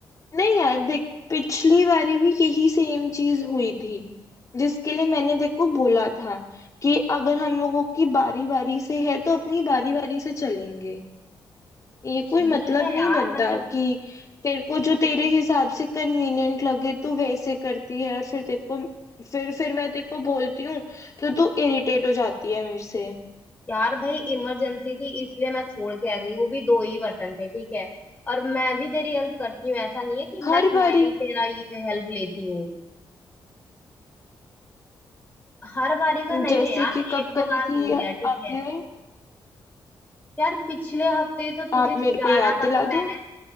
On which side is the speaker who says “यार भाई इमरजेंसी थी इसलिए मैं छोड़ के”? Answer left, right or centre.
Left